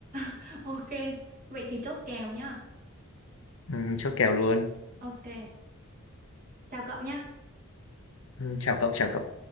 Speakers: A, on the right; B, on the left.
A: <laughs> Ok, vậy thì chốt kèo nhá.
B: Ừm, chốt kèo luôn.
A: Ok, chào cậu nhá.
B: Ừm, chào cậu, chào cậu.